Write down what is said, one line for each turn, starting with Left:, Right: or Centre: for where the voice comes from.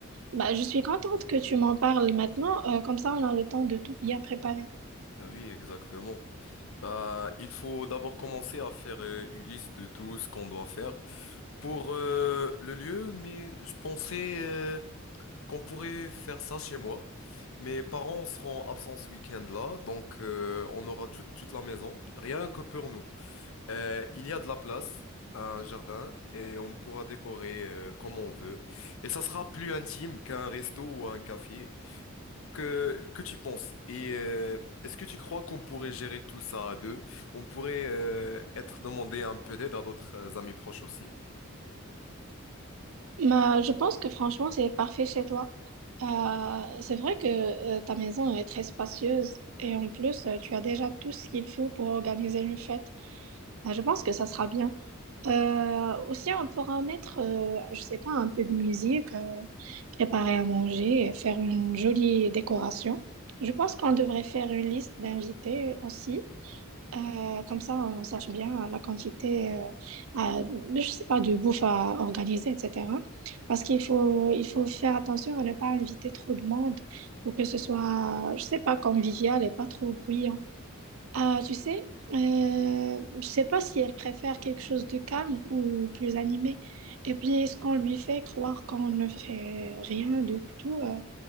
Right: Bah, je suis contente que tu m'en parles maintenant, euh, comme ça on a le temps de tout bien préparer.
Left: Ah oui, exactement. Bah, il faut d'abord commencer à faire euh, une liste de tout ce qu'on doit faire pour euh, le lieu, mais je pensais euh, qu'on pourrait faire ça chez moi. Mes parents seront absents ce week-end là, donc euh, on aura toute toute la maison, rien que pour nous. Euh, il y a de la place, un jardin, et on pourra décorer euh, comme on veut. Et ça sera plus intime qu'un resto ou un café. Que, que tu penses? Et euh, est-ce que tu crois qu'on pourrait gérer tout ça à deux? On pourrait euh, être demandé un peu d'aide à d'autres euh, amis proches aussi.
Right: Bah, je pense que franchement, c'est parfait chez toi. Euh, c'est vrai que euh, ta maison est très spacieuse et en plus, euh, tu as déjà tout ce qu'il faut pour organiser une fête. Bah, je pense que ça sera bien. Euh, aussi, on pourra mettre, euh, je sais pas, un peu de musique, euh, préparer à manger et faire une jolie décoration. Je pense qu'on devrait faire une liste d'invités aussi. Euh, comme ça, on sache bien la quantité, euh, à- je sais pas, de bouffe à organiser, etc. Parce qu'il faut, il faut faire attention à ne pas inviter trop de monde pour que ce soit, je sais pas, convivial et pas trop bruyant. Ah, tu sais, euh, je sais pas si elle préfère quelque chose de calme ou plus animé. Et puis, est-ce qu'on lui fait croire qu'on ne fait rien de tout euh,